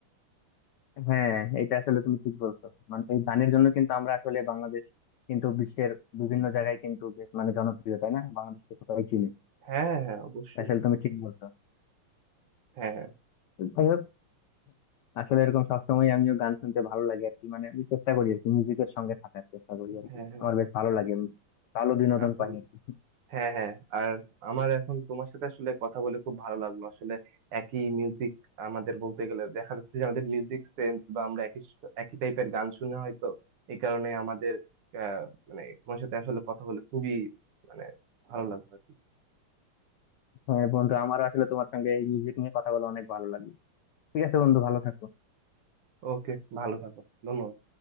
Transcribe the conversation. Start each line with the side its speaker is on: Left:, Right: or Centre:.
Left: হ্যাঁ এটা আসলে তুমি ঠিক বলছো মানে এই গানের জন্য কিন্তু আমরা আসলে বাংলাদেশ কিন্তু বিশ্বের বিভিন্ন জায়গায় কিন্তু বেশ মানে জনপ্রিয় তাই না বাংলাদেশকে সবাই চিনি
Right: হ্যাঁ হ্যাঁ হ্যাঁ, অবশ্যই
Left: এটা আসলে তুমি ঠিক বলছো
Right: হ্যাঁ হ্যাঁ
Left: যাই হোক আসলে এরকম সবসময় আমিও গান শুনতে ভালো লাগে আর কি মানে আমি চেষ্টা করি আর কি মিউজিকের সঙ্গে থাকার চেষ্টা করি আর
Right: হ্যাঁ
Left: কি
Right: হ্যাঁ
Left: আমার বেশ ভালো লাগে ভালো বিনোদন
Right: আসলে
Left: পাই আর কি
Right: হ্যাঁ হ্যাঁ আর আমার এখন তোমার সাথে আসলে কথা বলে খুব ভালো লাগলো আসলে একই মিউজিক আমাদের বলতে গেলে দেখা যাচ্ছে যে আমাদের মিউজিক সেন্স বা আমরা একই স- একই টাইপের গান শুনে হয়তো এই কারণে আমাদের আহ মানে তোমার সাথে আসলে কথা বলে খুবই মানে ভালো লাগলো আর কি
Left: হ্যাঁ বন্ধু আমারও আসলে তোমার সঙ্গে এই মিউজিক নিয়ে কথা বলে অনেক ভালো লাগে ঠিক আছে বন্ধু ভালো থাকো
Right: ওকে ভালো থাকো ধন্যবাদ